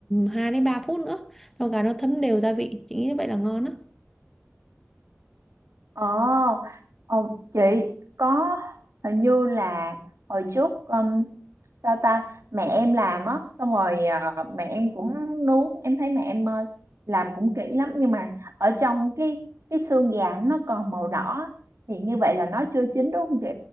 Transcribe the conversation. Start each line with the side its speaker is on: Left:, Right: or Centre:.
Centre: 2 đến 3 phút nữa cho gà nó thấm đều gia vị chị nghĩ như vậy là ngon á
Right: ờ ờ, chị có hình như là hồi trước um, ta ta mẹ em làm á xong rồi ờ, mẹ em cũng nướng em thấy mẹ em ờ, làm cũng kỹ lắm nhưng mà ở trong cái cái xương gà nó còn màu đỏ thì như vậy là nó chưa chín đúng không chị